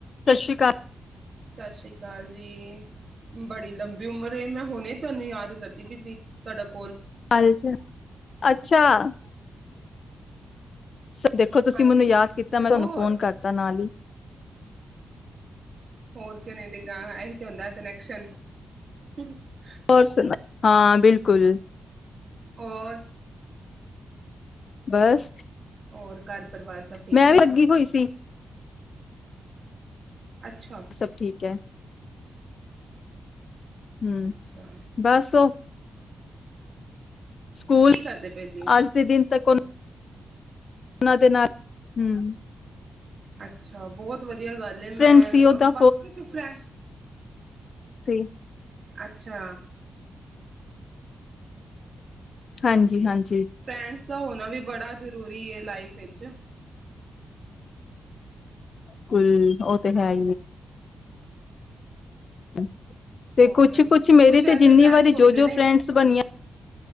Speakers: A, on the left; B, on the right.
A: ਸਤਿ ਸ੍ਰੀ ਅਕਾਲ
B: ਸਤਿ ਸ੍ਰੀ ਅਕਾਲ ਜੀ ਬੜੀ ਲੰਬੀ ਉਮਰ ਮੈਂ ਹੁਣੇ ਤੁਹਾਨੂੰ ਯਾਦ ਕਰਦੀ ਪਈ ਸੀ ਕੜਕ <unintelligible>
A: ਚਾਲ ਅੱਛਾ <unintelligible> <unintelligible> ਦੇਖੋ ਤੁਸੀਂ
B: ਹਾਂਜੀ
A: ਮੈਨੂੰ ਯਾਦ ਕੀਤਾ ਮੈਂ ਤੁਹਾਨੂੰ
B: ਹੋਰ
A: ਫੋਨ ਕਰਤਾ ਨਾਲ ਹੀ
B: ਹੋਰ ਕਿਵੇਂ ਦੇਗਾ ਇਹੀ ਤੇ ਹੁੰਦਾ ਕਨੈਕਸ਼ਨ <unintelligible>
A: ਹੋਰ ਸੁਨਾ ਹਾਂ ਬਿਲਕੁਲ
B: ਹੋਰ
A: ਬਸ
B: ਹੋਰ ਘਰ ਪਰਿਵਾਰ ਸਭ ਠੀਕ
A: ਮੈਂ
B: ਨੇ।
A: ਵੀ ਲੱਗੀ ਹੋਈ ਸੀ
B: ਅੱਛਾ
A: ਸਭ ਠੀਕ ਹੈ ਹਮ
B: ਅੱਛਾ
A: ਬੱਸ ਉਹ ਸਕੂਲ
B: ਕੀ ਕਰਦੇ ਪਏ ਸੀ।
A: ਅੱਜ ਦੇ ਦਿਨ ਤੱਕ ਉਹ ਉਹਨਾ ਦੇ ਨਾਲ ਹਮ
B: ਅੱਛਾ ਬਹੁਤ ਵਧੀਆ ਵਧੀਆ ਗੱਲ ਏ ਮੈਂ
A: ਫਰੈਂਡ ਸੀ ਉਹਦਾ
B: ਵਾਕਈ ਚ ਫਰੈ
A: ਜੀ
B: ਅੱਛਾ
A: ਹਾਂਜੀ ਹਾਂਜੀ
B: ਫਰੈਡਜ਼ ਦਾ ਹੋਣਾ ਵੀ ਬੜਾ ਜ਼ਰੂਰੀ ਹੈ ਲਾਈਫ ਵਿੱਚ
A: ਕੁੁਲ ਉਹ ਤੇ ਹੈ ਅਮ ਤੇ
B: ਔਰ
A: ਕੁਛ ਕੁਛ ਮੇਰੀ ਤੇ
B: ਐਸੇ
A: ਜਿੰਨੀ
B: ਫਰੈਂਡਸ
A: ਵਾਰੀ
B: ਹੁੰਦੇ
A: ਜੋ ਜੋ
B: ਨੇ
A: ਫਰੈਂਡਸ ਬਣੀਆਂ